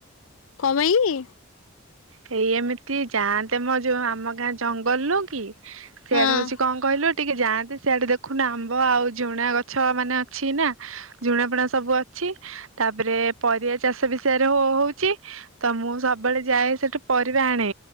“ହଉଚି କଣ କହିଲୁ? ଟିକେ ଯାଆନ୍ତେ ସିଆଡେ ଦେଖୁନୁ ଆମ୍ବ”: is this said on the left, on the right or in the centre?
Right